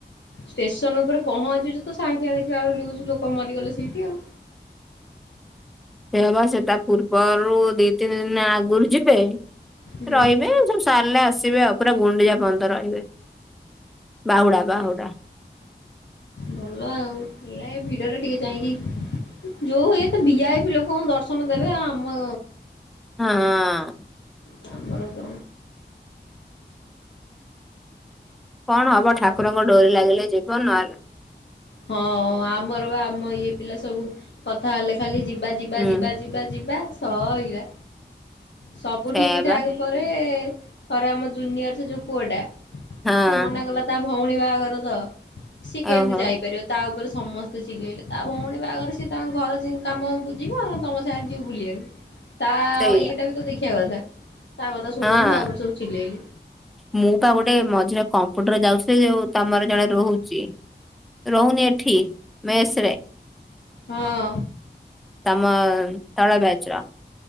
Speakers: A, on the left (about 80°); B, in the centre.
A: ଷ୍ଟେସନ ଉପରେ ପହଞ୍ଚୁଛୁ ତ ସାଙ୍ଗେ ଦେଖିଲା ବେଳୁ ନିୟୁଜ୍ ଲୋକ ମରିଗଲେ ସେଇଠି ଆଉ।
B: ସେୟା ପା ସେତା ପୂର୍ବରୁ ଦି ତିନି ଦିନ ଆଗରୁ ଯିବେ।
A: ହୁଁ।
B: ରହିବେ ସବୁ ସାରିଲେ ଆସିବେ ଆଉ। ପୁରା ଗୁଣ୍ଡିଜା ପନ୍ତ ରହିବେ। ବାହୁଡା
A: ଭଲ
B: ବାହୁଡା
A: ଭଲ ଆଉ। ଏଇଆ ଏ ଭିଡରେ ଟିକେ ଯାଇଁକି ଯୋଉ ଏତ ବିଆପି ହେଇ ପ ଲୋକ ଦର୍ଶନ ଦେବେ ଆ ଆମ
B: ହଁ ହଁ।
A: ତାପର ତ
B: କଣ ହବ
A: ଆଉ
B: ଠାକୁରଙ୍କ ଡୋରି ଲାଗିଲେ ଯି ଧନ ଆ
A: ହଁ ଆମର ବା ଆମ ଇଏ ପିଲା ସବୁ କଥା ହେଲେ ଖାଲି ଯ ବାଜି ବାଜି
B: ହୁଁ
A: ବାଜି ବାଜି ବାସ୍ ସୋଇରା। ସବୁ
B: ସେଇଆ
A: ଠିକ ଠାକ
B: ବା
A: ପରେ ଥରେ ଆମ ଜୁନିୟର ସେ ଯୋଉ ପୁଅଟା।
B: ହଁ
A: ସେ ମନା କଲା ତା ଭଉଣୀ ବାହାଘର ତ ସିଏ କେମିତି
B: ଓହୋ
A: ଯାଇ ତା ଉପରେ ସମସ୍ତେ ଚିଲେଇଲେ ତା ଭଉଣୀ ବାଗରେ ସିଏ ତାଙ୍କ ଘର ଯ କାମକୁ ଯିବ ଆ ତମ ସାଙ୍ଗରେ ଯ ବୁଲିବାକୁ ତା
B: ସେଇଆ
A: ଇଏଟା ବି ତ ଦେଖିବା କଥା ତା କଥା ଶୁଣିଲେନି
B: ହଁ
A: ତାପରେ ସବୁ ଚିଲେଇଲେ
B: ମୁଁ ତ ଗୋଟେ ମଝିରେ କମ୍ପୁଟର ଯାଉଛି ଯୋଉ ତମର ଜଣେ ରହୁଛି ରହୁନି ଏ ଠି ମସରେ
A: ହଁ।
B: ଆମ ତଲ ବଚର